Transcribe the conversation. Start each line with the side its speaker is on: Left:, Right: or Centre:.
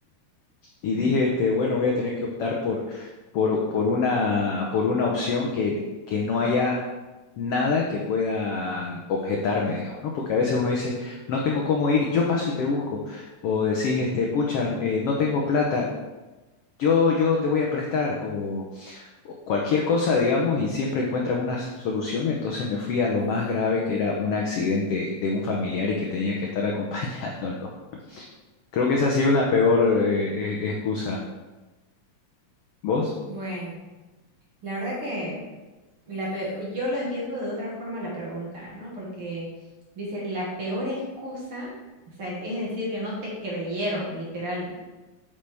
Left: y
Right: Mm.
Left: dije, este, bueno, voy a tener que optar por, por, por una, por una opción que, que no haya nada que puedan objetarme, digamos, ¿no? Porque a veces uno dice, no tengo cómo ir, yo paso y te busco, o decís, este, pucha, eh, no tengo plata, yo, yo te voy a prestar, o, o cualquier cosa, digamos, y siempre encuentran una solución, entonces me fui a lo más grave, que era un accidente de un familiar y que tenía que estar <laughs> acompañándolo. Creo que esa ha sido una peor eh, eh, excusa. ¿Vos?
Right: Bueno, la verdad que La pe- yo lo entiendo de otra forma la pregunta, ¿no? Porque dice, la peor excusa, o sea, es decir, que no te creyeron, literal.